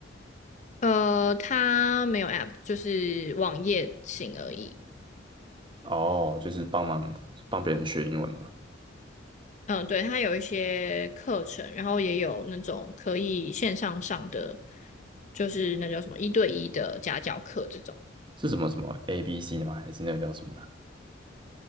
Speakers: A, on the left; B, on the right.
A: 呃，它没有 App，就是网页型而已。
B: 哦，就是帮忙帮别人学英文的嘛？
A: 嗯，对，它有一些课程，然后也有那种可以线上上的，就是那叫什么一对一的家教课这种。
B: 是什么什么 ABC 吗？还是那个叫什么呢